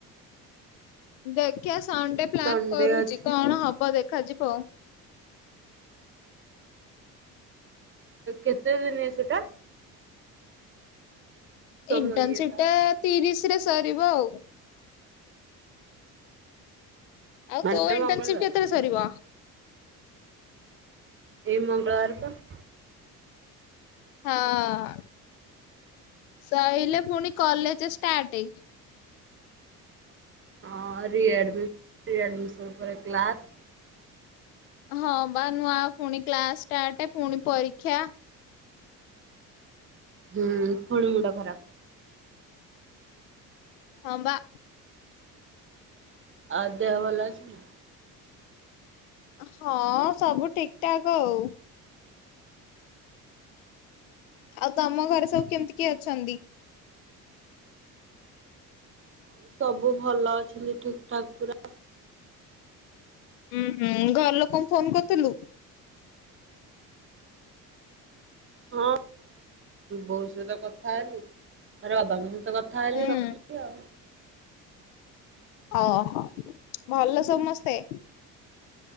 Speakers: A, on the left; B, on the right.
A: ଦେଖିବା ସନଡେ ପ୍ଲାନ୍
B: ସଣ୍ଡେ
A: କରୁଛି
B: ଅଛି
A: କଣ ହବ ଦେଖାଯିବ ଆଉ
B: କେତେ ନିଏ ସେଟା? ତମ
A: ଇଣ୍ଟର୍ନସିପଟା
B: ଇଏଟା?
A: ତିରିଶରେ ସରିବ ଆଉ ଆଉ
B: ମାନେ
A: ତୋ ଇଣ୍ଟରନସିପ
B: ମଙ୍ଗଳବାର
A: କେତେରେ ସରିବ?
B: ଏଇ ମଙ୍ଗଳବାର ତ
A: ହଁ। ସଇଲେ ପୁଣି କଲେଜ ଷ୍ଟାର୍ଟ।
B: ହଁ ରିଆଡ ଆଡ଼ମିଶନ ପରେ କ୍ଲାସ୍।
A: ହଁ ବା ନୂଆ ପୁଣି କ୍ଲାସ ଷ୍ଟାର୍ଟ ପୁଣି ପରୀକ୍ଷା
B: ହଁ ଥଣ୍ଡ ମଣ୍ଡ ଖରାପ।
A: ହଁ ବା।
B: ଆ ଦେହ ଭଲ ଅଛିନା?
A: ହଁ ସବୁ ଠିକଠାକ ଆଉ ଆଉ ତମ ଘରେ ସବୁ କେମିତି କିଏ ଅଛନ୍ତି?
B: ଆ ସବୁ ଭଲ ଅଛନ୍ତି ଠିକ ଠାକ୍ ପୁରା।
A: ହୁଁ ହୁଁ ଘର ଲୋକଙ୍କୁ ଫୋନ କରିୁଥିଲୁ।
B: ହଁ ବହୁ ସତ କଥା ହେଲି ଆରେଦ ତ କଥା ହେରିକି
A: ହୁଁ
B: ରଖିଲି ଆଉ
A: ଅ ହ ଭଲ ସମସ୍ତେ